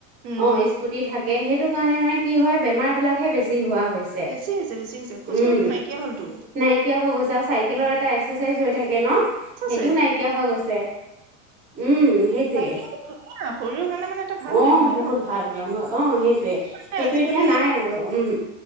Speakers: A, on the right (about 65°); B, on the right (about 20°).
A: উম
B: অ' স্কুটি থাক কে সেইটো কাৰণে মানে কি হয়, বেমাৰবিলাকহে বেছি হোৱা হৈছে।
A: বেছি হৈছে বেছি হৈছে খোজ
B: উম,
A: কঢ়াটো নাইকিয়া হলতো
B: নাইকিয়া হৈ গৈছে আৰু চাইকেলৰ
A: উম
B: এটা এক্সাৰচাইজ হৈ থাকে। কেন'
A: এক্সাৰচাইজ
B: সেইটোও নাইকিয়া হৈ গৈছে। উম সেইটোৱে।
A: চাইকেলটো ধুনীয়া শৰীৰৰ কাৰণে মানে এটা ভাল
B: অ'
A: ব্যায়াম হয়
B: বহুত
A: ন
B: ভাল ব্যায়াম হয়। অ' সেইটোৱে,
A: মানে
B: সেইটো
A: আজিকালি
B: এতিয়া নাই আৰু উম।